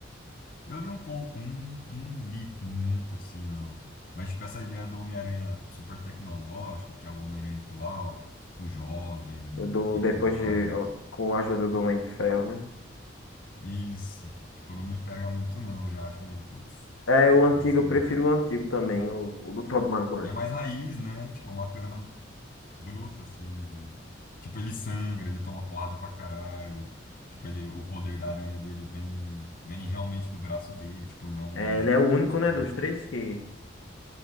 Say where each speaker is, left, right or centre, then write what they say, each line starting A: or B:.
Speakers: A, on the left (about 45°); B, on the left (about 85°).
A: Eu li um pouco, não, não li muito, assim, não. Mas, tipo, essa ideia do Homem-Aranha super tecnológico, que é o Homem-Aranha atual, tipo, jovem
B: Do,
A: e
B: depois
A: tudo mais,
B: de. Com a ajuda do Homem de Ferro, né?
A: Isso. Tipo, não me pega muito, não. Eu já acho meio, putz,
B: É, o
A: né,
B: antigo,
A: meio sem
B: eu prefiro
A: graça.
B: o antigo também, o, o do Tobey Maguire.
A: Que é mais raiz, né? Tipo, é uma coisa mais bruta, assim, de... Tipo, ele sangra, ele toma porrada pra caralho. Tipo, ele, o poder da aranha dele vem, vem realmente do braço dele. Tipo, não é um,
B: É, ele é o único,
A: um dispositivo.
B: né, dos três que,